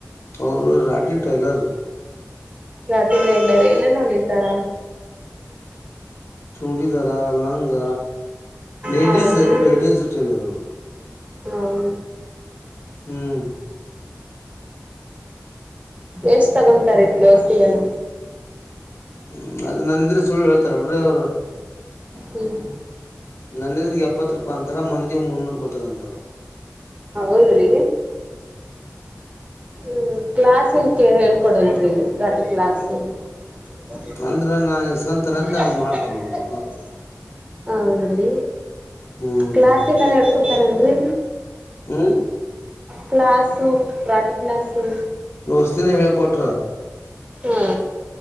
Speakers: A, on the left; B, on the right.
A: ಅವರು ರಾಠಿ ಟೈಲರ್
B: ರಾಟಿ ಟೈಲರ್ ರ ಎಲ್ಲಾರೆ ಇನೇನ ಹಲಿತಾರ
A: ಚೂಡಿದರ ಲಂಗ ಲೇಡೀಸ್
B: ಹೌದ್ರಿ
A: ಲೇಡೀಸ್ ಟ್ರೈಲರ್
B: ಹೌ
A: ಹ್ಮ್
B: ಎಷ್ಟ್ ತಗೊಂತಾರೆ ಬ್ಲೌಸಿಗೆಲ್ಲ
A: ಹ್ಮ್ ಅದ ನಂದಿದ್ರೆ ಸುಳ್ಳು ಹೇಳ್ತಾರ ಬಿಡ್ರಿ ಅವರು
B: ಹ್ಮ್
A: ನನ್ನೊಂದಿಗೆಎಪ್ಪತ್ತು ರೂಪಾಯಿ ಅಂತರ ಮಂದಿ ಮುನ್ನೂರು ರೂಪಾಯಿ ತಗಂತಾರ
B: ಹದ್ರ ಹ್ಮ್ ಕ್ಲಾಸ್ನ್ ಕ ಹೇಳ್ಕೊಡಲ್ರರಿ ರಾತ್ ಕ್ಲಾಸ್ ಹ
A: ಅಂದ್ರ ನಾನ್ ಇಸ್ಕೊಂತನ ಅಂದ
B: <unintelligible>
A: ಹಂಗ್ ಮಾಡ್ತಾರ ಅವರು
B: ಹೌದ್ರೀ
A: ಹ್ಮ್
B: ಕ್ಲಾಸ್ ಎಲ್ಲಾರು ಹೇಳ್ಕೊಡ್ತಾರ ಕೊಡ್ತಾರನ್ರಿ
A: ಹ್ಮ್
B: ಕ್ಲಾಸು ರಾಟಿ ಕ್ಲಾಸು
A: ಷ್ದಿನ ಹೇಳ್ಕೊಟ್ರ
B: ಹಾ